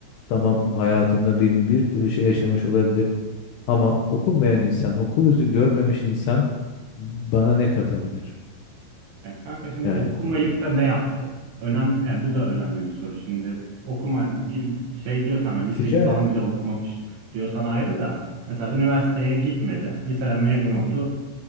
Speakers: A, on the left; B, on the right.
A: Tamam
B: <laughs>
A: hayatında bin bir türlü şey yaşamış olabilir ama okumayan insan, okul yüzü görmemiş insan bana ne katabilir?
B: Ya kanka şimdi
A: Yani
B: okumayıp da ne yaptı? Önem, yani bu da önemli bir soru. Şimdi okuma dil- şey diyorsan öyle liseyi
A: Ticaret.
B: falan bile okumamış diyorsan ayrı da mesela üniversiteye gitmedi. Liseden mezun oldu